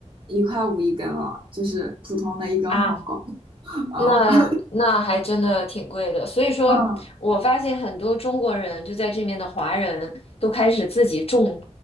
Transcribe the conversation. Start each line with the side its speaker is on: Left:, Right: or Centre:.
Right: 一块五一根了，就是普通的一根黄瓜。
Left: 啊。
Right: <laughs> 嗯
Left: 那那还真的挺贵的，所以说我发现很多中国人就在这面的华人都开始自己种
Right: 嗯